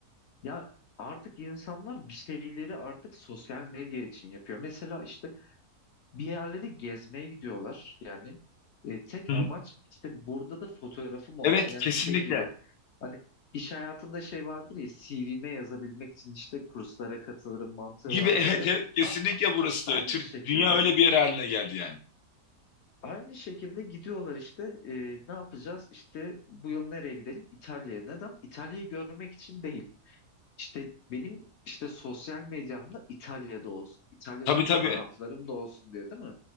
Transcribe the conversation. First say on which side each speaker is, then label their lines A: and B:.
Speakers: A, on the left (about 65°); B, on the left (about 85°).
A: Ya artık insanlar bir şeyleri artık sosyal medya için yapıyor. Mesela işte bir yerleri gezmeye gidiyorlar yani. E, tek
B: Hı hı.
A: amaç işte burada da fotoğrafım olsun.
B: Evet
A: Yani
B: kesinlikle.
A: şey gibi hani iş hayatında şey vardır ya CV'me yazabilmek için işte kurslara katılırım mantığı
B: Gibi
A: vardır
B: <laughs> evet,
A: ya.
B: evet kesinlikle
A: A-
B: burası
A: aynı
B: da öyle. Türk,
A: şekilde
B: dünya öyle bir yer haline geldi yani.
A: aynı şekilde gidiyorlar işte e, ne yapacağız işte bu yıl nereye gidelim İtalya'ya. Neden? İtalya'yı görmek için değil. İşte benim işte sosyal medyamda İtalya'da olsun. İtalya'da
B: Tabii
A: fotoğraflarım
B: tabii.
A: da olsun diye değil mi?